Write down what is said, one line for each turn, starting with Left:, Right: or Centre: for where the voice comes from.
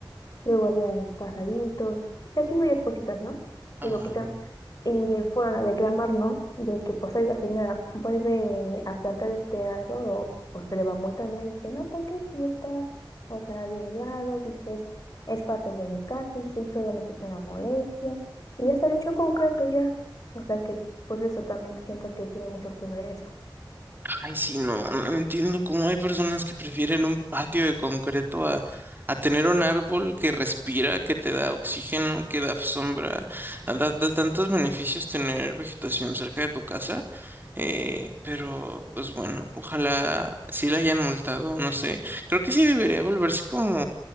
Left: luego había los pajaritos, y así varias cositas, ¿no?
Right: Ay.
Left: Y lo quitan. Y fueron a reclamar, ¿no? De que, pues, la señora, vuelve a plantar este árbol o pues se le va a multar, ¿no? Y dice, no, porque si está, o sea, de mi lado, dice, es, es parte de mi casa, y solamente es una molestia. Y ya se el hecho concreto ya. O sea que por eso también siento que tiene mucho que ver eso.
Right: Ay, sí, no, no no entiendo cómo hay personas que prefieren un patio de concreto a, a tener un árbol que respira, que te da oxígeno, que da sombra, a- da, da tantos beneficios tener vegetación cerca de tu casa. Eh, pero, pues bueno, ojalá sí la hayan multado, no sé. Creo que sí debería volverse como,